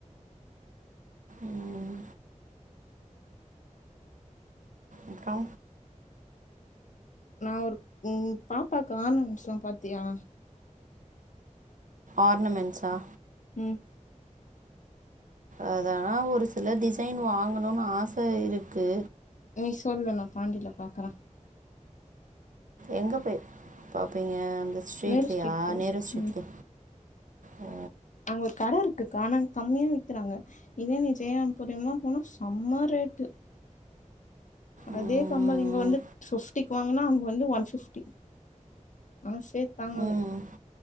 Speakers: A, on the right; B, on the left.
A: ம் அப்றோ
B: நா ஒரு ம் பாப்பாக்கு ஆன்னு சொன் பாத்தியா
A: ஆர்னமென்ஸ்ஸா
B: ம்
A: அதனா ஒரு சில டிசைன் வாங்கணு ஆச இருக்கு
B: நீ சொல்லு நா பாண்டில பாக்கற
A: எங்க போய் பாப்பீங்க அந்த ஸ்ட்ரீட்லயா
B: நேரு ஸ்ட்ரீட் போய்
A: நேரு ஸ்ட்ரீட்ல
B: ம்
A: ஓ
B: அங்க ஒரு கடைருக்கு ஆனா கம்மி விக்கிறாங்க இதே ஜெய <unintelligible> போனா செம்ம ரேட்டு அதே
A: ம்
B: கம்மல் இங்க வந்து ஃபிஃப்டிக்கு வாங்குனா அங்க வந்து ஒன் ஃபிஃப்டி மனசு சே தாங்கல
A: ம்